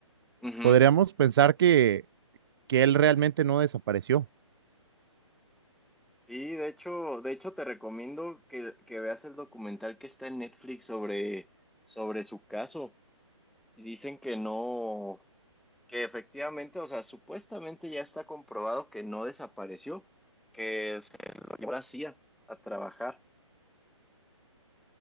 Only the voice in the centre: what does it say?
Ujú.
Sí, de hecho, de hecho te recomiendo que, que veas el documental que está en Netflix sobre, sobre su caso. Y dicen que no, que efectivamente, o sea, supuestamente ya está comprobado que no desapareció, que se lo llevó a la CIA a a trabajar.